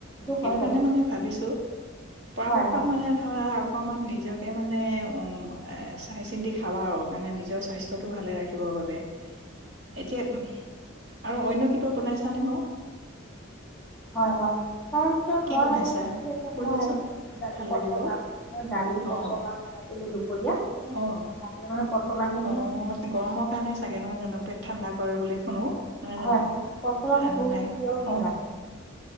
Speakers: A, on the right; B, in the centre.
A: সেইটো
B: হয়
A: কাৰণে
B: বাৰু
A: মানে ভাবিছো পৰাপক্ষত
B: হয় হয়
A: মানে ধৰা অকণমান নিজে তাকে মানে উ এ চাই চিন্তি খাবা আৰু কাৰণে নিজৰ স্বাস্থ্যটো ভালে ৰাখিবৰ বাবে এতিয়া আৰু অন্য কিবা বনাইছানে বাৰু
B: হয় হয় তাৰপিছত
A: কি
B: মই
A: বনাইছা
B: মানে কি হৈছে
A: কৈ
B: মই
A: যোৱাচোন
B: আজি দালি
A: ভাল লাগিব
B: পচলা মই দালি
A: অ
B: পচলা বনাইছিলো দুপৰীয়া তাকে
A: অ
B: মানে পচলাখিনি
A: অ
B: মানে
A: গৰমৰ কাৰণে চাগে নহয় জানো পেট ঠাণ্ডা কৰে বুলি শুনো নহয়
B: হয়
A: জানো
B: হয় পচলা মই
A: এ
B: বহুত
A: মানে
B: প্ৰিয় হয়
A: অ
B: মানে